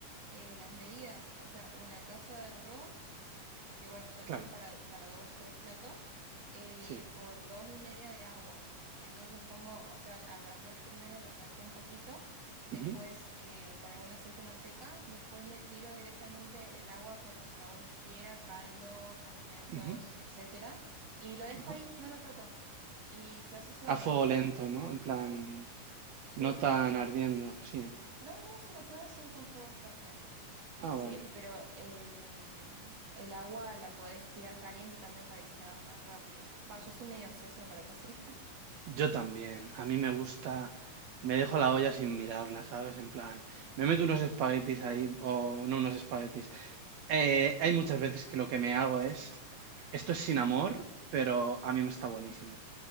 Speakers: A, on the right; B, on the right.
A: eh, las medidas, o sea, una taza de arroz, que bueno, suele
B: Claro,
A: ser para, para dos, tres platos, eh,
B: sí.
A: por dos y media de agua. Entonces pongo, o sea, al arroz primero lo salteo un poquito, después
B: Ujú,
A: eh, con algún aceite o manteca, después le tiro directamente el agua con los sabores que quiera, caldo, condimentos,
B: ujú,
A: etcétera, y lo dejo
B: ajá.
A: ahí, no lo toco, y se hace solo.
B: A fuego lento, ¿no? En plan,
A: Sí,
B: no
A: medio.
B: tan ardiendo, sí.
A: No, no, se lo puede hacer con fuego fuerte.
B: Ah,
A: Sí,
B: vale.
A: eh, pero em, el agua la podés tirar caliente también para que se haga más rápido. Va, yo soy medio ansiosa para cocinar.
B: Yo también. A mí me gusta. Me dejo la olla sin mirarla, ¿sabes? En plan, me meto unos espaguetis ahí, o no unos espaguetis. Eh, hay muchas veces que lo que me hago es. Esto es sin amor, pero a mí me está buenísimo.